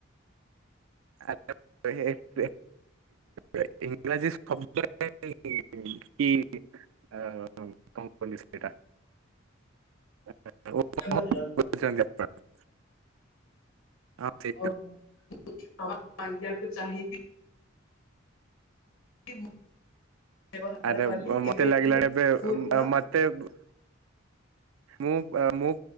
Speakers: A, on the right; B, on the left.
A: ଆ---ପେ ବେ। ଇ ଇଂରାଜୀ ଶବ୍ଦ ରେ ଇ----କି ହାଁ ଉ କଣ କହିଲୁ ସେଇଟା?
B: <unintelligible>
A: ଉଁ ଉଁ ଉଁ
B: ବ୍ୟବହାର
A: କଣ କହୁଛନ୍ତି ଆପଣ? ହଁ ଥି।
B: ଓ ମୁଁ--ମ ପାଣ୍ଡୀଆନକୁ ଚାହିଁବି। କି ମୁଁ <unintelligible> ବ୍ୟବହାର
A: ଆରବ
B: କଲି
A: ମତେ
B: ଏବେଠୁ
A: ଲାଗିଲାନି ଏବେ -ବେ-ମତ।
B: ପୂର୍ଣ୍ଣ
A: ତେବ୍ ମୁଁ ଆ ମୁଁ